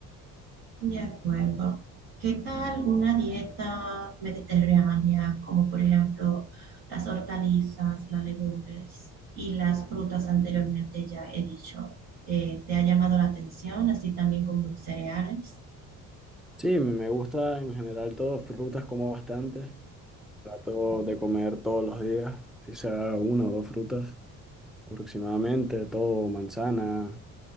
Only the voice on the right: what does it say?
De acuerdo. ¿Qué tal una dieta mediterránea, como por ejemplo las hortalizas, las legumbres y las frutas anteriormente ya he dicho? Eh, ¿te ha llamado la atención, así también como los cereales?